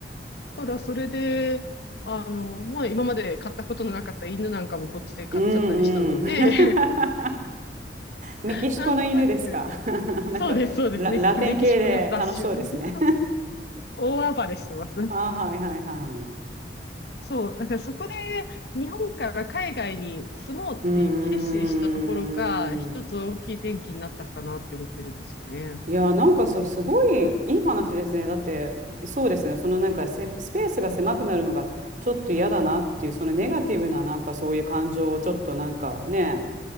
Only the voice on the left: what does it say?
からそれで、あの、まあ今まで買ったことのなかった犬なんかもこっちで買っちゃったりしたので、
<laughs> なんとなく、
そうです、そうですね。
メキシコの雑種。<laughs> 大暴れしてます。
そう。だからそこで日本から海外に住もうって決心したところが一つ大きい転機になったかなって思ってるんですよね。